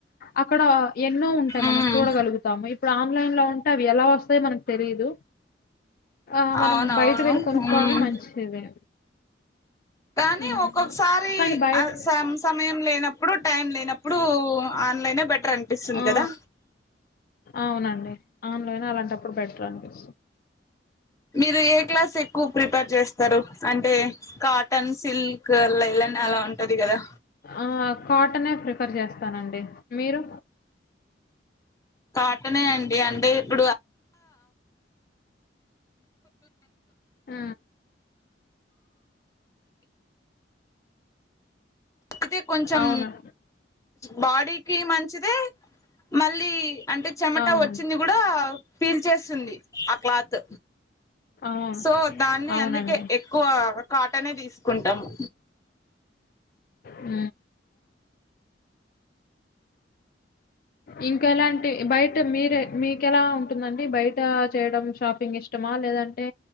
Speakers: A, on the left (about 50°); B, on the left (about 20°).
A: అక్కడ ఎన్నో ఉంటాయి మనం
B: ఉమ్
A: చూడగలుగుతాము ఇప్పుడు ఆన్లైన్ లో ఉ అవి ఎలా వస్తాయి మనకి తెరిదు ఆ మనం
B: అవునవును
A: బయట వెళ్ళి కొనుక్కోవడమే
B: ఉమ్
A: మంచిది
B: కానీ
A: హ్మ్.
B: ఒక్కొక్కసారి
A: కానీ బయట
B: స సమయం లేనప్పుడు టైం లేనప్పుడు ఆన్లైనే బెటర్ అనిపిస్తుంది
A: ఆ
B: కదా
A: అవునండి ఆన్లోైన అలాంటప్పుడు పెట్ట టస్
B: మీరు ఏ క్లాస్ ఎక్కువ ప్రిపేర్ చేస్తారు అంటే కాటన్ సిల్క్ అలా ఇలానే అలా ఉంటుంది కదా
A: ఆ కాటనే ప్రిఫర్ చేస్తానండి మీరు
B: కాటనే అండి అంటే ఇప్పుడు
A: ఆ
B: అయితే కొంచెం
A: అవును
B: బాడీకి మంచిదే మళ్ళీ అంటే చెమట
A: అవును
B: వచ్చింది కూడా ఫిల్ చేస్తుంది ఆ క్లాత్
A: అవును
B: సో దాన్ని
A: అవునండి.
B: అందుకే ఎక్కువ కాటనే తీసుకుంటాము
A: ఉ ఇంకా ఎలాంటి బయట మీరే మీకెలా ఉంటుందండి బయట చేయడం షాప్ ఫింగ్ ఇష్టమా లేదంటే